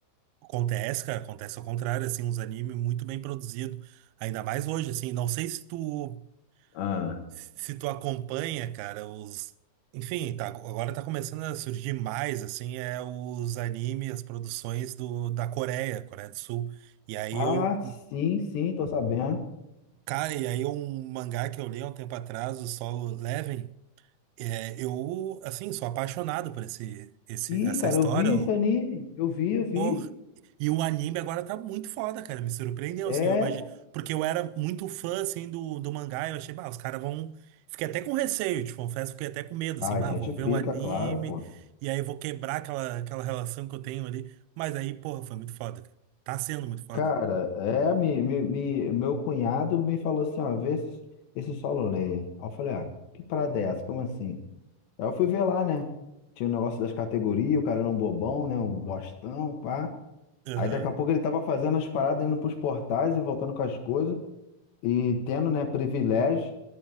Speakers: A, on the right (about 85°); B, on the left (about 75°).
A: Acontece, cara. Acontece ao contrário, assim, uns animes muito bem produzidos. Ainda mais hoje, assim. Não sei se tu
B: Ah,
A: se tu acompanha, cara, os. Enfim, tá, agora tá começando a surgir mais, assim, é os animes, as produções do, da Coreia, Coreia do Sul. E aí
B: ah,
A: eu.
B: sim, sim, tô sabendo.
A: Cara, e aí um mangá que eu li há um tempo atrás, o Solo Leveling, é, eu, assim, sou apaixonado por esse, esse,
B: Ih,
A: essa
B: cara,
A: história.
B: eu vi esse anime. Eu vi, eu vi.
A: Porra. E o anime agora tá muito foda, cara. Me surpreendeu,
B: É.
A: assim, eu imagino. Porque eu era muito fã, assim, do, do mangá. Eu achei, bah, os caras vão. Fiquei até com receio, te confesso, fiquei até com medo, assim,
B: A
A: bah,
B: gente
A: vou ver
B: fica,
A: o anime.
B: claro, pô.
A: E aí vou quebrar aquela, aquela relação que eu tenho ali. Mas aí, porra, foi muito foda, cara. Tá sendo muito foda.
B: Cara, é, me, me, me- meu cunhado me falou assim, ó, vê esse, esse Solo Leia. Aí eu falei, ah, que parada é essa? Como assim? Aí eu fui ver lá, né? Tinha o negócio das categorias, o cara era um bobão, né? Um bostão, pá.
A: Aham.
B: Aí daqui a pouco ele tava fazendo as paradas, indo pros portais e voltando com as coisas. E tendo, né, privilégio.